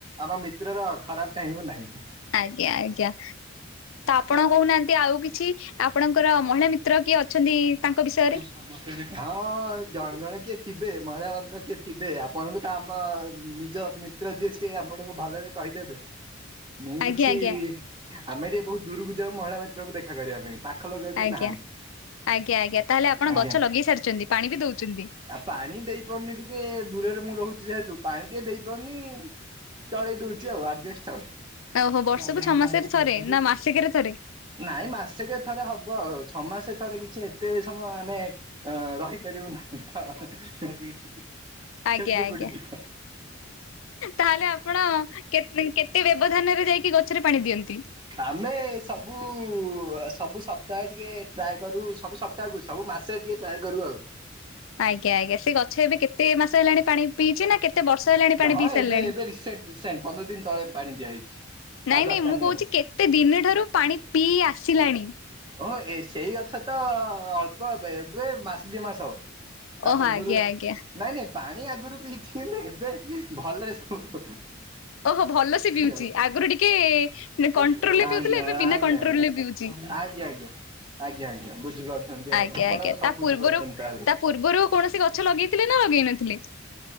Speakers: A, on the right; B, on the left.
A: ଆମ ମିତ୍ରର ଖରାପ ଚାହିଁବୁ ନାହିଁ।
B: ଆଜ୍ଞା ଆଜ୍ଞା ତ ଆପଣ କହୁନାହାନ୍ତି ଆଉ କିଛି। ଆପଣଙ୍କର ମହିଳା ମିତ୍ର କିଏ ଅଛନ୍ତି ତାଙ୍କ ବିଷୟରେ।
A: ହଁ ଜଣେ ଜଣେ କିଏ ଥିବେ ମହିଳା ମନ୍ତ୍ର କିଏ ଥିବେ ଆପଣଙ୍କ ଆମ ନିଜ ମିତ୍ର ଯିଏ ସିଏ ଆପଣଙ୍କୁ ଭଲରେ କହିଦେବେ।
B: <inaudible>
A: ମୁଁ କିଛି
B: ଆଜ୍ଞା
A: ଆମେ ଟିକେ ବହୁତ ଦୂରକୁ ଯାଉ ମହିଳା ମିତ୍ରଙ୍କୁ ଦେଖା କରିବା ପାଇଁ। ପାଖ ପାଖ ଲୋକ କେହି
B: ଆଜ୍ଞା
A: ନାହାନ୍ତି।
B: ଆଜ୍ଞା ଆଜ୍ଞା ତାହେଲେ ଆପଣ
A: ଆଜ୍ଞା
B: ଗଛ ଲଗେଇ ସାରିଛନ୍ତି ପାଣି ବି ଦଉଛନ୍ତି।
A: ଆଉ ପାଣି ଦେଇ ପାରୁନି ଟିକେ ଦୂରରେ ମୁଁ ରହୁଛି ଯେହେତୁ ପାଣି ଟିକେ ଦେଇପାରୁନି। ଚଳେଇ ଦଉଛି ଆଜେଷ୍ଟସ୍
B: ଓହୋ ବର୍ଷକୁ
A: ଆଉ
B: ଛଅ ମାସରେ ଥରେ ନା ମାସିକରେ ଥରେ
A: ନାଇଁ ମାସକେ ଥରେ ହବ ଆଉ ଛଅ ମାସେ ଥରେ କିଛି ଏତେ ସମୟ ଆମେ ରହିପାରିବ ନାହିଁ, <inaudible>
B: ଆଜ୍ଞା
A: ଶୁକୁଟି
B: ଆଜ୍ଞା
A: ଯିବ।
B: ତାହେଲେ ଆପଣ କେ କେ ତେ ବ୍ୟବଧାନରେ ଯାଇକି ଗଛରେ ପାଣି ଦିଅନ୍ତି।
A: ଆମେ ସବୁ ସବୁ ସପ୍ତାହେ ଟିକେ ଟ୍ରାଏ କରୁ ସବୁ ସ୍ ପ୍ତା ସବୁ ମାସେ ଟିକେ ଟ୍ରାଏ କରୁ ଆଉ।
B: ଆଜ୍ଞା ଆଜ୍ଞା ସେ ଗଛ ଏବେ କେତେ ମାସ ହେଲାଣି ପାଣି ପିଇଛି ନା କେତେ ବର୍ଷ ହେଲାଣି ପାଣି
A: ହଁ
B: ପିଇ ସାରିଲେଣି।
A: ଏବେ ଏବେ ରିସେଣ୍ଟ ରିସେଣ୍ଟ ପନ୍ଦର ଦିନ ତଳେ ପାଣି ଦିଆହେଇଛି। ଆଉ
B: ନାଇଁ
A: ଦରକାର
B: ନାଇଁ ମୁଁ
A: ନାହିଁ
B: କହୁଛି
A: ଏବେ।
B: କେତେ ଦିନଠାରୁ ପାଣି ପିଇ ଆସିଲାଣି।
A: ଓହୋ ଏ ସେଇ ଗଛ ତ ଅଳ୍ପ ଏବେ ମାସେ ଦି ମାସ ହବ। ତା
B: ଓହୋ
A: ପୂର୍ବରୁ
B: ଆଜ୍ଞା
A: ନାଇଁ
B: ଆଜ୍ଞା
A: ନାଇଁ ପାଣି ଆଗରୁ ପିଇଛି କିନ୍ତୁ ଏବେ ଭଲରେ ସବୁ
B: ଓହୋ ଭଲ ସେ ପିଉଛି
A: ଆଉ।
B: ଆଗରୁ ଟିକେ
A: ଆଜ୍ଞା
B: କଣ୍ଟ୍ରୋଲ ରେ ପିଉଥିଲେ ଏବେ ବିନା
A: ଆଜ୍ଞା
B: କଣ୍ଟ୍ରୋଲ ରେ ପିଉ
A: ଆଜ୍ଞା ଆଜ୍ଞା ଆଜ୍ଞା ଆଜ୍ଞା ବୁଝିପାରୁଛନ୍ତି
B: ଆଜ୍ଞା
A: ଆଉ ଆପଣ
B: ଆଜ୍ଞା
A: ସବୁ
B: ତା ପୂର୍ବରୁ
A: ବୁଝିପାରୁଛନ୍ତି ତାହେଲେ।
B: ତା ପୂର୍ବରୁ କୌଣସି ଗଛ ଲଗେଇଥିଲେ ନା ଲଗେଇ ନଥିଲେ।